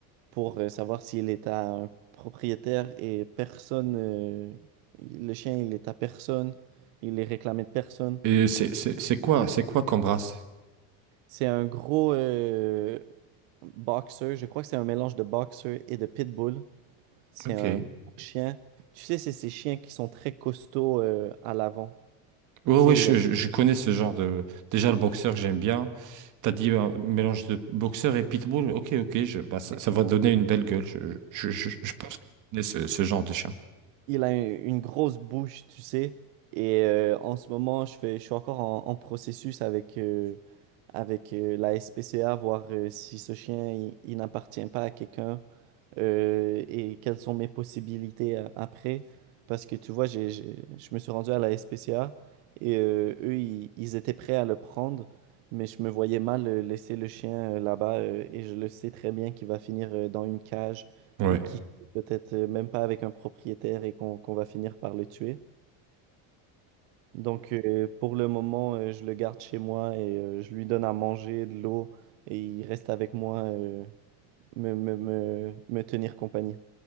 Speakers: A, on the right; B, on the right.
A: pour euh, savoir s'il est à un propriétaire et personne, euh, le chien, il est à personne, il est réclamé de personne.
B: Et c'est, c'est, c'est quoi, c'est quoi comme race?
A: C'est un gros euh, boxer, je crois que c'est un mélange de boxer et de pitbull. C'est
B: Ok.
A: un gros chien. Tu sais, c'est ces chiens qui sont très costauds euh, à l'avant.
B: Ouais,
A: Tu
B: ouais,
A: sais,
B: je,
A: il est...
B: je- je connais ce genre de. Déjà, le boxeur, j'aime bien. T'as dit un mélange de boxeur et pitbull. Ok, ok, je, bah, ça,
A: Exactement.
B: ça va donner une belle gueule. Je, je, je, je pense que je connais ce, ce genre de chien.
A: Il a un- une grosse bouche, tu sais. Et euh, en ce moment, je fais, je suis encore en, en processus avec, euh, avec euh, la SPCA, voir euh, si ce chien, il, il n'appartient pas à quelqu'un euh, et quelles sont mes possibilités euh, après. Parce que tu vois, j'ai, j'ai- je me suis rendu à la SPCA et euh, eux, ils, ils étaient prêts à le prendre, mais je me voyais mal euh, laisser le chien euh, là-bas euh, et je le sais très bien qu'il va finir euh, dans une cage
B: Ouais.
A: et qui peut-être euh, même pas avec un propriétaire et qu'on qu'on va finir par le tuer. Donc euh, pour le moment, euh, je le garde chez moi et euh, je lui donne à manger, de l'eau et il reste avec moi, euh, me, me, me, me tenir compagnie.